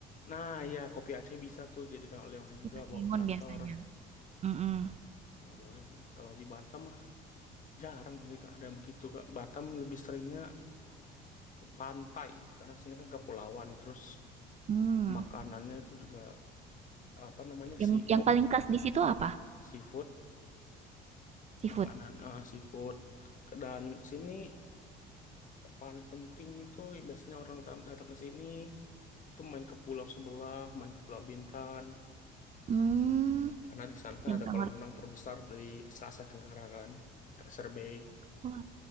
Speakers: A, on the left; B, on the right.
A: Nah, ya kopi Aceh bisa tuh jadikan oleh-oleh
B: kopi
A: juga
B: pakai
A: bawa ke
B: ngon
A: kantor.
B: biasanya. Mm-mm.
A: Eh, boleh sih. Kalau di Batam mah jarang sih Kak, ada begitu Kak. Batam lebih seringnya ke pantai karena sini kan kepulauan terus
B: Hmm.
A: makanannya tuh juga apa namanya
B: Yang
A: seafood,
B: yang paling khas di situ apa?
A: seafood,
B: Seafood?
A: makanan eh, seafood. Dan sini paling penting itu biasanya orang datang datang ke sini tuh main ke pulau sebelah, main ke Pulau Bintan.
B: Mmm,
A: Karena di sana kan
B: nyebrang
A: ada kolam
B: laut.
A: renang terbesar dari se Asia Tenggara kan, Tracer Bay.
B: Wah